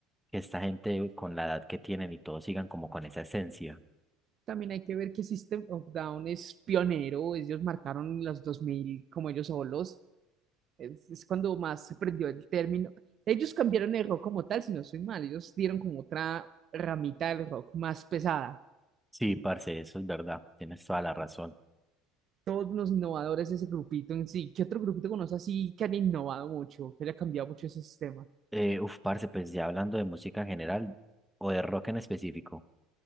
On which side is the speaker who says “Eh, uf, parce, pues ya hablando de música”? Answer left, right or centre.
Centre